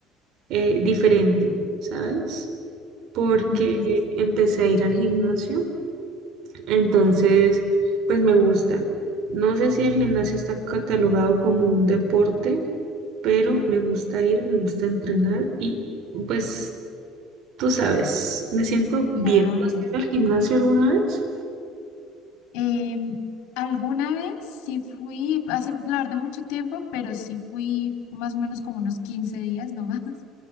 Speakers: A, on the right; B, on the left.
A: eh, diferente, ¿sabes? Porque
B: Sí,
A: empecé a ir al gimnasio, entonces, pues me gusta. No sé si el gimnasio está catalogado como un deporte, pero me gusta ir, me gusta entrenar y pues Tú sabes, me siento
B: Claro.
A: bien. ¿Tú has ido al gimnasio alguna vez?
B: Em, alguna vez sí fui, hace la verdad mucho tiempo, pero sí fui más o menos como unos 15 días nomás. <laughs>